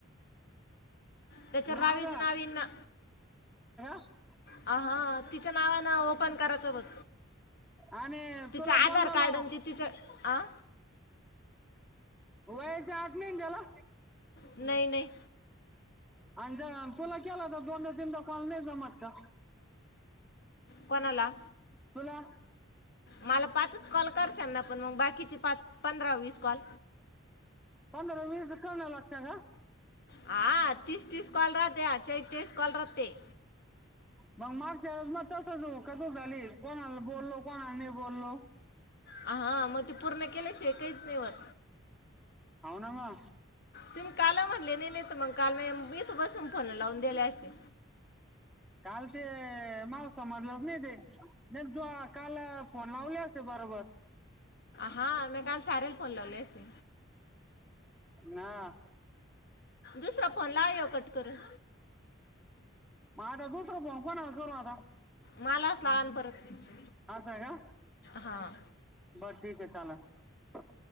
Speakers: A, on the left; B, in the centre.
A: त्याच्यावर
B: माझा
A: रावीचं नाव येईन ना
B: <unintelligible>
A: आ हां तिच्या नावानं ओ ओपण करायच बघ
B: आणि
A: तिच
B: तुला
A: आधार
B: दोनदा लाव
A: कार्ड अण ति तिच आं?
B: वयची अट नाहीन त्याला?
A: नाही नाही
B: आणि जर तुला केला होता दोनदा, तीनदा काॅल नाही जमत का?
A: कोणाला?
B: तुला.
A: मला पाच कॉल करशा ना, पण मग बाकीचे पाच, पंधरा, वीस कॉल?
B: पंधरा, वीस करणं लागतंय का?
A: अ हा तीस, तीस कॉल राहते च्याळीस, च्याळीस कॉल रहाते.
B: मग मागच्या वेळेस तस कसं झाली, कोणाला बोललो कोणाला नाही बोललो.
A: हा, मग ते पूर्ण केल्याशिवाय काहीच नाही व्हत.
B: हाव ना म
A: तुम्ही काल म्हणले नाही, नाही तर मग काल म मी इथ बसून फोन लावून दिले असते.
B: काल ते मला समजलंच नाही ते, नाही त काल फोन लावले असते बरोबर
A: हा मी काल साऱ्यांन फोन लावले असते.
B: ना
A: दुसरा फोन लाव ह्यो कट करून.
B: म आता दुसरा फोन कोणाला करू आता?
A: मलाच लावा आन परत
B: हाच आहे का
A: हा
B: बर ठीकय चाललं